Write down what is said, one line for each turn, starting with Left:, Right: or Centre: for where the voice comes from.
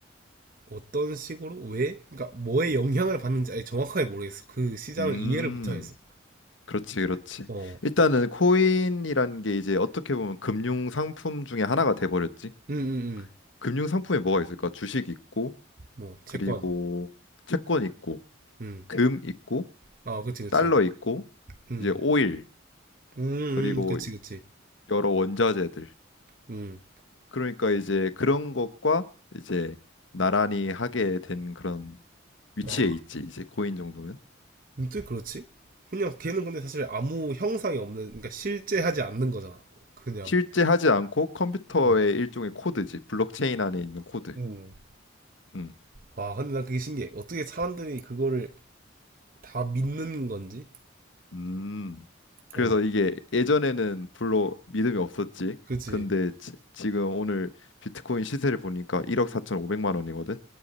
Right: 어떤 식으로 왜 그러니까 뭐에 영향을 받는지 아예 정확하게 모르겠어 그 시장을
Left: 음,
Right: 이해를 못하겠어
Left: 그렇지, 그렇지.
Right: 어
Left: 일단은 코인이라는 게 이제 어떻게 보면 금융 상품 중에 하나가 돼버렸지.
Right: 응응응
Left: 금융 상품에 뭐가 있을까? 주식 있고,
Right: 뭐 채권
Left: 그리고 채권 있고, 어,
Right: 음.
Left: 금 있고,
Right: 아, 그치, 그치.
Left: 달러 있고,
Right: 음.
Left: 이제 오일,
Right: 음,
Left: 그리고
Right: 음, 그치, 그치.
Left: 여러 원자재들.
Right: 음.
Left: 그러니까 이제 그런 것과 이제 나란히 하게 된 그런 위치에
Right: 와.
Left: 있지, 이제 코인 정도면.
Right: 근또 그렇지? 그냥 걔는 근데 사실 아무 형상이 없는, 그러니까 실제 하지 않는 거잖아. 그냥.
Left: 실제 하지 않고 컴퓨터의
Right: 음.
Left: 일종의 코드지. 블록체인 안에 있는 코드.
Right: 음.
Left: 음.
Right: 와, 근데 난 그게 신기해. 어떻게 사람들이 그거를 다 믿는 건지?
Left: 음. 그래서
Right: 어,
Left: 이게 예전에는 별로 믿음이 없었지.
Right: 그치.
Left: 근데 지, 지금 오늘 비트코인 시세를 보니까 1억 4 5백만 원이거든.